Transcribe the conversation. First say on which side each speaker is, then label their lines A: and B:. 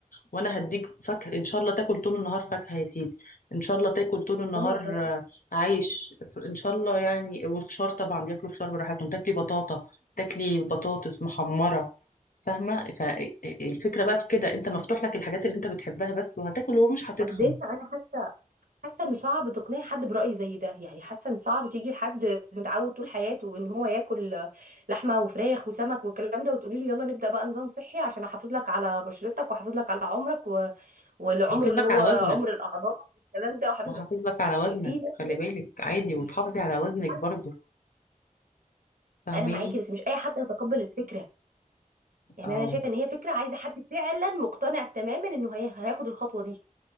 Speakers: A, on the left; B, on the right.
A: وانا هديك فاكهه ان شاء الله تاكل طول النهار فاكهه يا سيدي ان شاء الله تاكل طول النهار
B: انا بصراحه
A: آه، عيش ان شاء الله يعني والفشار طبعا بياكلوا فشار براحتهم تاكلي بطاطا تاكلي بطاطس محمره فاهمه فالفكره بقى في كده انت مفتوح
B: بس
A: لك الحاجات اللي انت بتحبها بس وهتاكل ومش هتتخن
B: عندنا انا حاسه ان صعب تقنعي حد برأي زي ده يعني حاسه ان صعب تيجي لحد متعود طول حياته ان هو ياكل لحمه وفراخ وسمك والكلام ده وتقولي له يلا نبدأ بقى نظام صحي عشان احافظ لك على بشرتك واحافظ لك على عمرك و... والعمر
A: حافظ
B: اللي
A: لك
B: هو
A: على
B: عمر
A: وزنك
B: الاعضاء والكلام ده واحافظ
A: وحافظ
B: لك
A: لك على وزنك
B: في ناس
A: خلي
B: هنا
A: بالك عادي وتحافظي
B: مش
A: على
B: مش
A: وزنك
B: اي حد
A: برضو فاهماني
B: انا معاكي بس مش اي حد هيتقبل الفكره يعني
A: اه
B: انا شايفه ان هي فكره عايزه حد فعلا مقتنع تماما انه هي... هياخد الخطوه دي